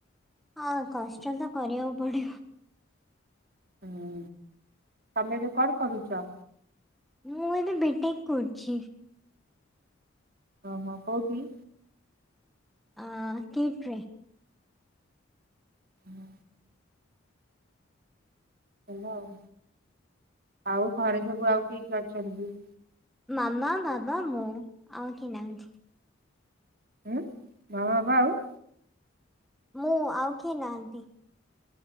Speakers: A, in the centre; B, on the right (about 45°).
A: ହଁ କଷ୍ଟ ତ କରିବାକୁ ପଡିବ।
B: ହୁଁ ତମେ ଏବେ କଣ ପଢୁଛ?
A: ମୁଁ ଏବେ ବି ଟେକ୍ କରୁଛି।
B: ଓହୋ କୋଉଠି?
A: ଆଁ-ଆ କିଇଟିରେ।
B: ହଁ ହେଲା ଆଉ ଆଉ ଘରେ ସବୁ ଆଉ କିଏ କିଏ ଅଛନ୍ତି?
A: ମାମ, ବାବା, ମୁଁ ଆଉ କେହି ନାହାଁନ୍ତି।
B: ଉଁ ମାମା ବାବା ଆଉ
A: ମୁଁ ଆଉ କିଏ ନାହାନ୍ତି।